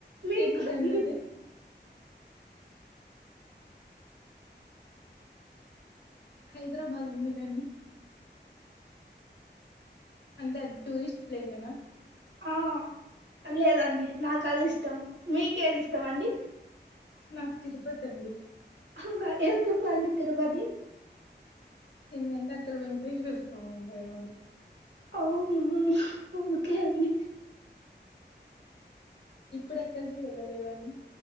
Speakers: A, on the right; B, on the left.
A: మీకు
B: ఎందు కండది
A: అండి
B: హైద్రాబాద్ ఎందుకండి అంటే అది టూరిస్ట్ ప్లేస్ అనా
A: ఆ లేదండి నాకు అది ఇష్టం మీకేది ఇష్టం అండి
B: నా క్ తిరుపతి అండి
A: అవునా ఎందుకు అండి తిరుపతి
B: ఎందుకంటే అక్కడ వెంకటేశ్వర స్వామి ఉంటారు కాబట్టి
A: అవును ఓకె అండి
B: ఇప్పుడెక్కడికి వెళ్ళలేదని